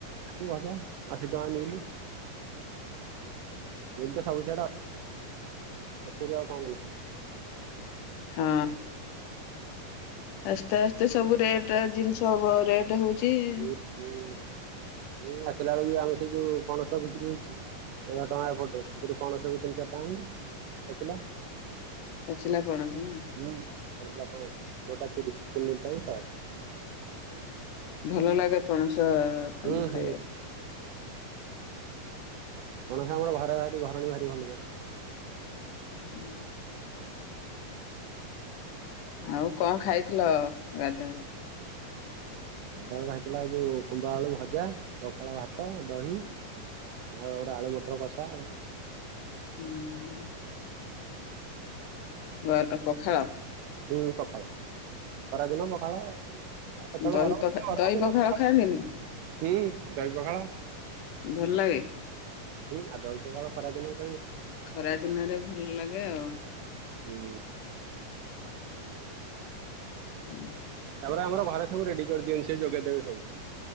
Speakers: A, on the right; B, on the left.
A: ଖାଲି ଭଜା ଅଶୀ ଟଙ୍କା ମିଲ ଏଇତ ସବୁ ସିଆଡ଼େ ଆସିବ ଆଉ କଣ କଲେ
B: ହଁ ଆସ୍ତେ ଆସ୍ତେ ସବୁ ରେଟ ଜିନିଷ ହବ ରେଟ ହଉଛି ଚି ।
A: ହୁଁ ହୁଁ ହୁଁ ଆସିଲା ବେଳ ବି ଆମେ ସେଇ ଯୋଉ ପଣସ ବିକ୍ରି ହଉଛି ଏଗାର ଟଙ୍କା ଏପଟରେ ସେଥିରେ ପଣସ ବି ତିନି ଚାରି ଟା ଆଣିଲି ଆସିଲା।
B: ପାଚିଲା ପଣସ ନା
A: ହୁଁ ପାଚିଲା ପଣସ ଗୋଟା ତିରିଶ ତି ନିି ଟା କୁ ସହେ
B: ଭଲ ଲାଗେ ପଣସ ତ ତମ
A: ହୁଁ
B: ଖାଇଆକୁ
A: ହୁଁ। ପଣସ ଆମର ଘରେ ବା ଘରଣ ଭାରି ଭଲ ପାଆନ୍ତି।
B: ହୁଁ । ଆଉ କଣ ଖାଇଥିଲ ଗାଧୁବେଳେ
A: ରାଧବେଳୁ ଖାଇଥିଲା ଯୋଉ କୁମ୍ଭ ଆଳୁ ଭଜା ପଖାଳ ଭାତ ଦହି ଆଉ ଆଳୁ ମଟର କଷା ଆଉ
B: ହୁଁ ହୁଁ । ଏ ପଖାଳ
A: ହୁ ପଖାଳ। ଖରାଦିନ ପଖାଳ ଆ କେତେବେଳେ
B: ଦହି
A: ଗର
B: ପଖା
A: ଗ ଦିନଖାଳ
B: ଦହି
A: ଜ ପଖାଳ
B: ଖାଆନ୍ତିନି
A: ହୁଁ ଦହି ପଖାଳ।
B: ଭଲ ଲାଗେ
A: ହୁଁ ଆଦ ଅ ଖରାଦିନ
B: ଖରା ଦିନରେ ଭଲ ଲାଗେ ଆଉ।
A: ହୁଁ।
B: ହୁଁ ହୁଁ ।
A: ତାପରେ ଆମର ଘରେ ସବୁ ରେଡି କରିଦିଅନ୍ତି ସ ଯୋଗେଇଦବେ ସବୁ